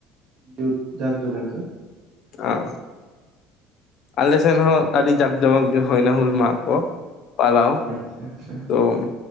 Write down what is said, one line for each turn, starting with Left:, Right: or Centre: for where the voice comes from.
Right: ᱡᱩᱛ ᱡᱟᱸᱠ ᱡᱚᱢᱚᱠ ᱜᱮ᱾
Left: ᱚᱜ, ᱟᱞᱮᱥᱮᱫ ᱦᱚᱸ ᱟᱹᱰᱤ ᱡᱟᱠ ᱡᱚᱢᱚᱠ ᱜᱮ ᱦᱩᱭᱱᱟ ᱦᱩᱞ ᱢᱟᱜ ᱠᱚ᱾ ᱯᱟᱞᱟᱣ
Right: ᱟᱪᱪᱷᱟ ᱟᱪᱪᱷᱟ
Left: ᱛᱚ,